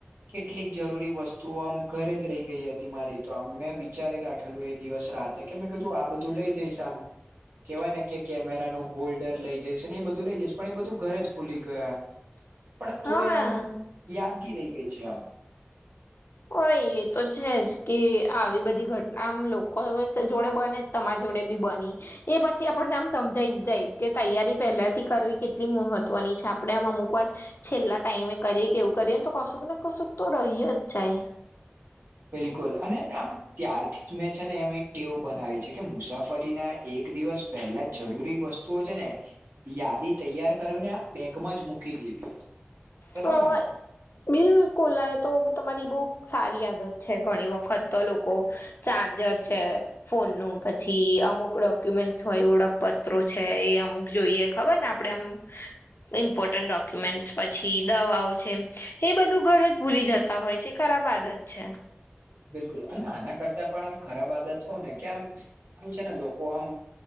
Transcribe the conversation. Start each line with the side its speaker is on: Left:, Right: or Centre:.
Right: કેટલીક જરૂરી વસ્તુઓ આમ ઘરે જ રહી ગઈ હતી મારી. તો અમે વિચારી રાખેલું એ દિવસ રાતે કે મેં કીધું આ બધું લઈ જઈશ આમ કેવાય ને કે કેમેરા ન હોલ્ડર લઇ જઈ ને એ બધું લઇ જઈ પણ એ બધું ઘરે જ ભૂલી ગયા.
Left: <inaudible>
Right: પણ તો
Left: હા
Right: એ આમ યાદગી રહી ગઈ છે આમ.
Left: હોય એ તો છે જ કે આવી બધી ઘટનામ લો કોઈ જોડે બને તમારી જોડે બી બની એ પછી આપણને આમ સમજાઈ જ જાય કે તૈયારી પહેલાથી કરવી કેટલી મહત્વની છે આપડે એમાં અમુક વાર છેલ્લા ટાઈમે કરીએ કે એવું કરીએ ને તો કશુંક ને કશુંક તો રહી જ જાય.
Right: બિલકુલ અને આમ ત્યારથી જ મેં છે ને એમ એક ટેવું બનાવી છે કે મુસાફરી ના એક દિવસ પેલા જરૂરી વસ્તુઓ છે ને યાદી તૈયાર કર ને બેગમાં જ મૂકી દેવી. બરાબર
Left: તોય
Right: ને
Left: બિલકુલ તો તમારી બહુ સારી આદત છે ઘણી વખત તો લોકો ચાર્જર છે ફોનનું. પછી અમુક ડોક્યુમેન્ટ્સ હોય, ઓળખપત્રો છે, એ અમુક જોઈએ. ખબર ને, આપણે આમ ઇમ્પોર્ટન્ટ ડોક્યુમેન્ટ પછી દવાઓ છે, એ બધું ઘરે જ ભૂલી જતા હોય છે, ખરાબ આદત છે.
Right: બિલકુલ, અને આના કરતા પણ આમ ખરાબ આદત કહો ને, કે આમ <inaudible> છે ને લોકો આમ